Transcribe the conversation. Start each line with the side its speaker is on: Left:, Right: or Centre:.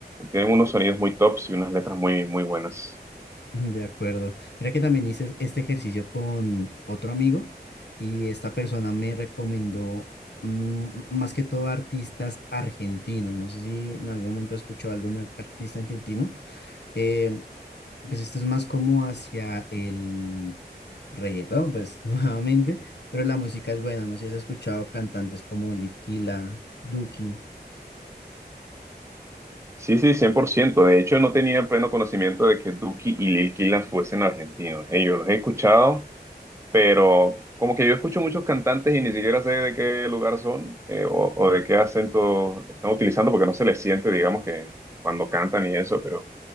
Right: tienen unos sonidos muy tops y unas letras muy, muy buenas.
Left: <laughs> De acuerdo. Mira que también hice este ejercicio con otro amigo y esta persona me recomendó mm, más que todo artistas argentinos. No sé si en algún momento escuchó algún ar- artista argentino. Eh, pues esto es más como hacia el reggaetón, pues <laughs> nuevamente, pero la música es buena. No sé si has escuchado cantantes como Litkila, Duki.
Right: Sí, sí, cien por ciento De hecho, no tenía pleno conocimiento de que Duki y Lil Killah fuesen argentinos. Eh, yo los he escuchado, pero como que yo escucho muchos cantantes y ni siquiera sé de qué lugar son eh, o, o de qué acento están utilizando porque no se les siente, digamos, que cuando cantan y eso, pero